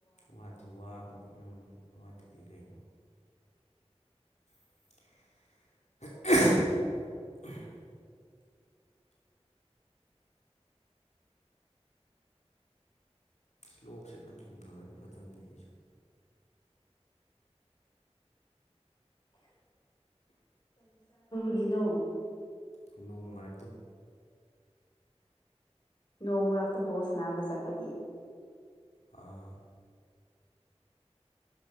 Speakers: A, on the left; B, on the left.
A: ꯋꯥꯗꯤꯤ ꯋꯥꯕꯅꯤ ꯎꯝ ꯋꯥꯗꯗꯤ ꯀꯩꯅꯣ <unintelligible> <inaudible> ꯏꯁ꯭ꯂꯣꯛꯁꯦ ꯈ ꯊꯅ ꯐꯔꯗꯤ ꯐꯠꯇꯕꯅꯦ ꯑꯩꯁꯨ
B: ꯕꯤꯅꯧ <inaudible>
A: ꯅꯣꯡ ꯃꯔꯛꯇ
B: ꯅꯣꯡ ꯃꯔ ꯃꯔꯛꯇ ꯕꯣꯁ ꯅꯥꯕ ꯆꯠꯄꯒꯤ
A: ꯑ <unintelligible> <inaudible>